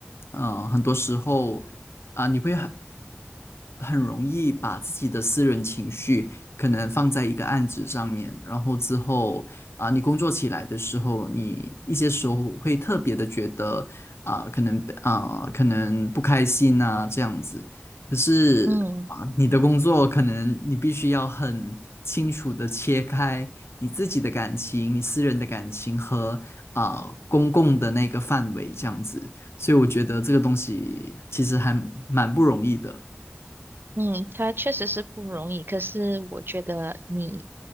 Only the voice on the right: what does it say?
嗯。
嗯，他确实是不容易，可是我觉得你